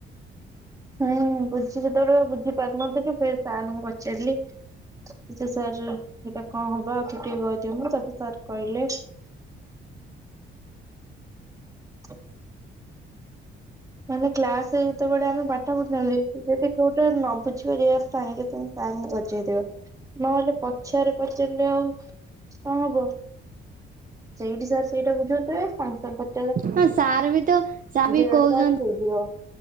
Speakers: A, on the right; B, on the right.
A: ହୁଁ ବୁଝି ସେତେବେଳୁ ବୁଝି ପାରୁିନଥିଲି ଫେର ସାରଙ୍କୁ ପଚାରିଲି। ଯେ ସାର୍ ହେଟା କଣ ହବ ତୁ ଟିକେ କହିଦିଅନ୍ତୁ ତାପରେ ସାର୍ କହିଲେ। ଆ ଆମେ କ୍ଲାସ ଯେତେବେଳେ ଆମେ ବା <unintelligible> ଯଦି କୋଉଟା ନ ବୁଝିବାରିବା ସାଙ୍ଗେ ସାଙ୍ଗେ ସାରଙ୍କୁ ପଚାରିବି। ନହେଲେ ପଛଆରେ ପଚାରିଲେ ଆଉ ସମ୍ଭବ ସେଇଠି ସାର୍ ସେଇଟା ବୁଝଉଥିବେ <unintelligible>
B: ହଁ ସାର୍ ବି ତ ସାର
A: ବୁଝେଇଦେବେ
B: ବି କହୁଛନ୍ତି
A: ସାର୍ ହେଇଯିବ।